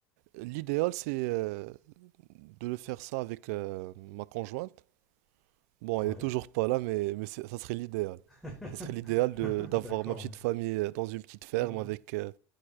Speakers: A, on the right; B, in the centre.
A: l'idéal, c'est euh, de le faire ça avec euh, ma conjointe. Bon, elle
B: Ouais,
A: est toujours pas là, mais, mais c'est- ça serait l'idéal.
B: <laughs>
A: Ça serait l'idéal de d'avoir
B: d'accord.
A: ma petite
B: Ouais.
A: famille euh, dans une petite ferme
B: Mhm.
A: avec euh,